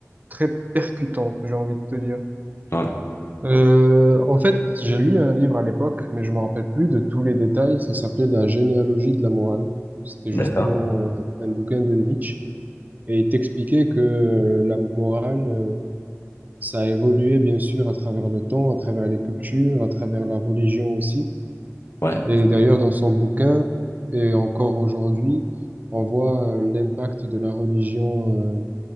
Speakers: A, on the right; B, on the left.
A: très percutante, j'ai envie de te dire.
B: Ouais.
A: Euh, en fait, j'ai lu un livre à l'époque, mais je me rappelle plus de tous les détails. Ça s'appelait La généalogie de la morale. C'était justement
B: D'accord.
A: euh, un bouquin de Nietzsche. Et il t'expliquait que euh, la morale, euh, ça a évolué bien sûr à travers le temps, à travers les cultures, à travers la religion aussi.
B: Ouais.
A: Et d'ailleurs, dans son bouquin, et encore aujourd'hui, on voit euh, l'impact de la religion. euh,